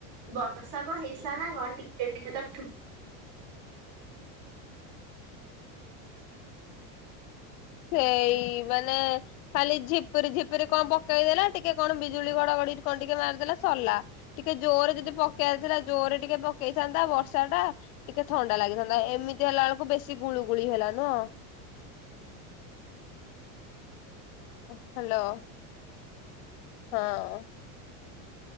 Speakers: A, on the right (about 45°); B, on the left (about 80°).
A: ବର୍ଷା କଣ ହେଇଥିଲା ନା କଣ ଟିକେ ଟିକେ ତ
B: ସେଇ ମାନେ ଖାଲି ଝିପୁରି ଝିପୁରି କଣ ପକେଇ ଦେେଲା ଟିକେ କଣ ବିଜୁଳି ଘଡଘଡି କଣ ଟିକେ ମାରିଦେଲା ସରା ଟିକେ ଜୋରରେ ଯଦି ପକେଇ ଆାରିଥିଲା ଜୋର ରେ ଟିକେ ପକେଇଥାନ୍ତା ବର୍ଷା ଟା ଟିକେ ଥଣ୍ଡା ଲାଗିଥାନ୍ତା ଏମିତି ହେଲା ବେଳକୁ ବେଶୀ ଗୁଳୁ ଗୁଳି ହେଲା ନ ହ୍ୟାଲୋ ହଁ